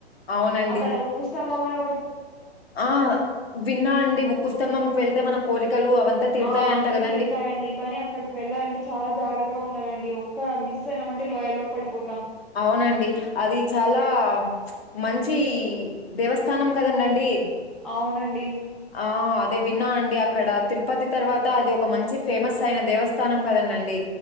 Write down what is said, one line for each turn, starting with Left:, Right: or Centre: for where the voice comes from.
Left: అవునండి.
Centre: అక్కడ ఉక్కుస్తంభమని
Left: ఆ విన్నా అండి ఒక ఉకుస్తంభంకి వెళ్తే మన కోరికలు అవంతా తీరుతాయంట
Centre: ఆ అన్ని
Left: కదా
Centre: తీరుతాయండి కానీ అక్కడికి వెళ్ళాలంటే చాలా జ గ్రత్తగా ఉండాలండి ఒక్క మిస్ అయినాం అంటే లోయలోకి పడిపో
Left: అవునండి అది చాలా మం చి దేవస్థానం కదండండి
Centre: అవునండి
Left: ఆ అదే విన్నా అండి అక్కడ తిరుపతి తర్వాత అది ఒక మంచి ఫేమస్ అయిన దేవస్థానం కదండండి